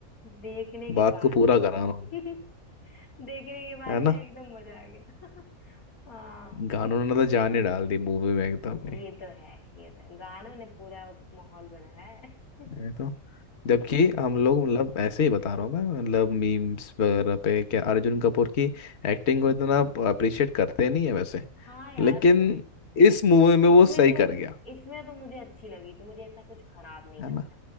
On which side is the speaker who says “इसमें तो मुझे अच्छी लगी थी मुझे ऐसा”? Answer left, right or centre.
Left